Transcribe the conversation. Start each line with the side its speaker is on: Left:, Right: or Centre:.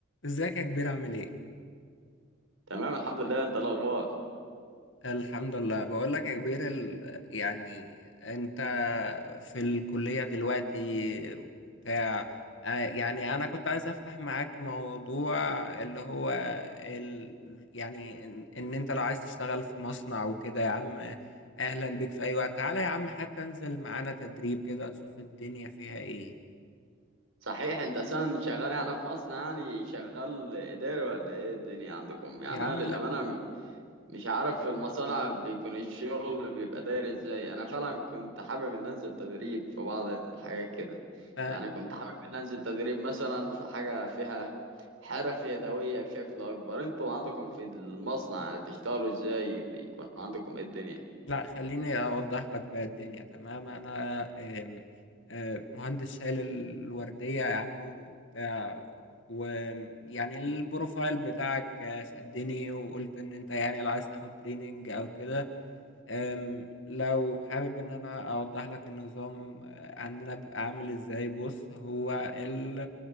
Left: ازيك يا كبير عامل ايه؟
Right: تمام الحمد لله انت الاخبار
Left: الحمد لله بقول لك يا كبير ال... يعني انت في الكلية دلوقتي وبتاع آه، يعني انا كنت عايز افتح معاك موضوع اللي هو ال... يعني ان ان انت لو عايز تشتغل في مصنع وكده يا عم اهلا بيك في اي وقت تعالى يا عم حتى انزل معانا تدريب كده تشوف الدنيا فيها ايه
Right: صحيح انت اصلا شغال يعني في مصر يعني شغال اداري ولا ايه الدنيا عندكم يعني
Left: يا عم
Right: انا للامانه
Left: لا
Right: م- مش عارف في المصانع بيكون الشغل بيبقى داير ازاي انا فعلا كنت حابب ان انزل تدريب في بعض الحاجات كده
Left: آه،
Right: يعني كنت حابب ان انزل تدريب مثلا في حاجه فيها حرف يدويه بشكل اكبر انتوا عندكم في المصنع يعني بتشتغلوا ازاي بيكون عندكم ايه الدنيا
Left: لا خليني أوضح لك بقى الدنيا تمام أنا آم، آم، مهندس شايل الوردية يا عم وبتاع ويعني البروفايل بتاعك شدني وقلت إن أنت يعني لو عايز تاخد تريننج أو كده أم، لو حابب ان انا اوضح لك النظام آه، عندنا بيبقى عامل ازاي بص هو ال-